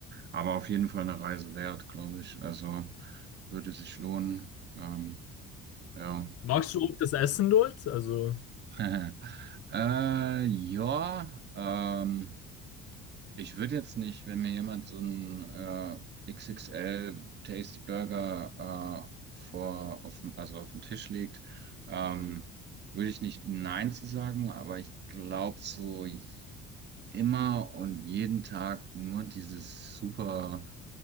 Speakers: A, on the right; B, on the left.
A: Aber auf jeden Fall eine Reise wert, glaube ich. Also würde sich lohnen. Ähm, ja.
B: Magst du auch das Essen dort? Also,
A: <laughs> Äh, ja, ähm, ich würde jetzt nicht, wenn mir jemand so einen äh, XXL Tasty Burger äh, vor, auf, dem- also auf dem Tisch legt, ähm, würde ich nicht Nein zu sagen, aber ich glaube so immer und jeden Tag nur dieses super.